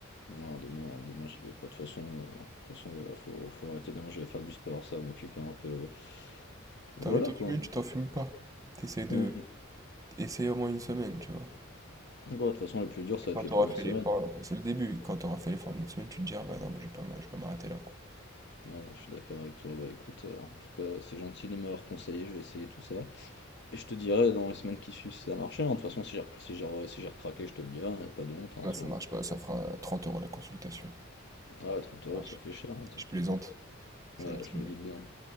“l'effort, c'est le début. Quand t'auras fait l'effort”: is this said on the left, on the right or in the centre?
Right